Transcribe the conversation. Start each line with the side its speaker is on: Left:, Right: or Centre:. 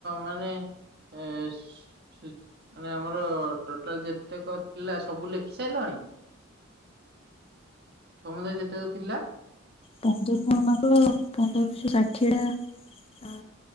Right: ମାନେ ଏ ଚୁ ମାନେ ଆମର ଟୋଟାଲ ଯେତେକ ଥିଲା ସବୁ ଲେଖି ସାଇଲଣି? ସମୁଦାୟ ଯେତେକ ଥିଲା?
Left: ପନ୍ଦରଶର ମାସ ପନ୍ଦରଶହ ଷାଠିଏ ଟା। ଆ